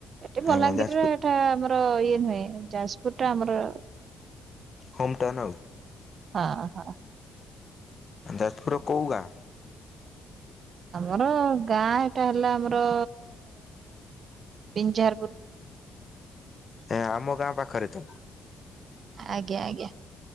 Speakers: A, on the right; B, on the left.
A: ଏଠି
B: ଆଜ୍ଞା
A: ଭଲାଙ୍ଗୀରରେ
B: ଯାଜପୁର
A: ଏଟା ଆମର ଇଏ ନୁହେଁ। ଯାଜପୁର ଟା ଆମର
B: ହୋମ୍ଟଟାନା
A: ହଁ ହଁ
B: ଯାଜପୁର କୋଉ ଗାଁ?
A: ଆମର ଗାଁ ଏଇଟା ହେଲା ଆମର ପିଞ୍ଝାରପୁର।
B: ଏ ଆମ ଗାଁ ପାଖରେ ତ
A: ଆଜ୍ଞା ଆଜ୍ଞା।